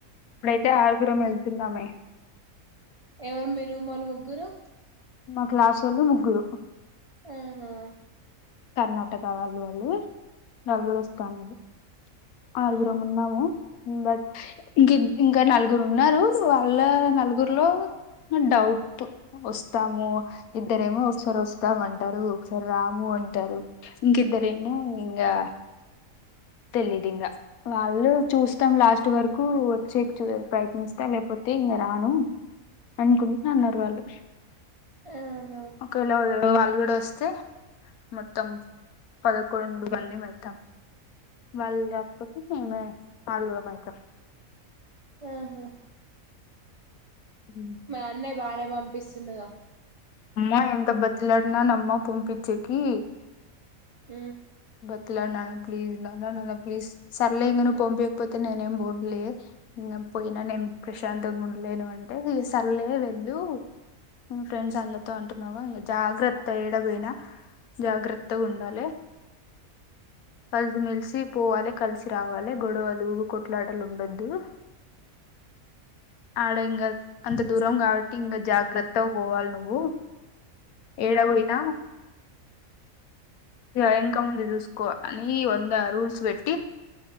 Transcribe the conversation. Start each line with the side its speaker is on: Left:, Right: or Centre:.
Left: ఇప్పుడైతే ఆరుగురమే వెళ్తున్నామే
Right: ఎవరు మీరు మొన్న ముగ్గురు
Left: మా క్లాస్సొల్లు ముగ్గురు
Right: అహా
Left: కర్ణాటక వాళ్ళు వాళ్లు నలుగురు వస్తా అన్నారు ఆరుగురం
Right: ఆహా
Left: ఉన్నాము ఉ బట్ ఇకిన్ ఇంకా నలుగురు ఉన్నారు వాళ్ళ నలుగురులో డౌట్టు వస్తాము ఇద్దరేమో ఒకసర్ వస్తాం అంటారు ఒకసారి రాము అంటారు ఇంక ఇద్దరేమో ఇంగా తెలీదు ఇంగా వాళ్ళు చూస్తాం లాస్ట్ వరకు వచ్చేకు చు ప్రయత్నిస్తా లేకపోతే ఇంగా రాను అనుకుంట అన్నారు వాళ్ళు
Right: అహా
Left: కొలవేల వాళ్లు కూడా వస్తే మొత్తం పదకొండు మంది వెళ్తాం వాల్ రాకపోతే ఏమి ఆరుగురం మె ఇక
Right: అహా
Left: ఊ
Right: మరి అన్నయ బాగానే పంపిస్తును కదా
Left: అమ్మ ఎంత బతిమలాడినానమ్మ పంపించేకి
Right: ఊ
Left: బతిమిలానాన ప్లీజ్ నాన్న నాన్న ప్లీజ్ సర్లే ఇంగా పంపియకపోతే నేనేం బోన్లే ఇంగ పోయినా నేను ప్రశాంతంగా ఉండలేను అంటే ఇగ సర్లే వెళ్ళు హు ఫ్రెండ్స్ అందరితో అంటున్నావా ఇంగా జాగ్రత్ తేడా పోయినా జాగ్రత్త ఉండాలి కలిసిమెలిసి పోవాలే కలిసి రావాలే గొడవలు కొట్లాటలు ఉండొద్దు ఆడ ఇంగా అంత దూరంగా కాబట్టి ఇంగా జాగ్రత్ త పోవల్ నువ్వు ఏడ పోయినా ఇగ ఎనక ముందు చూసుకో అని వంద రూల్స్ పెట్టి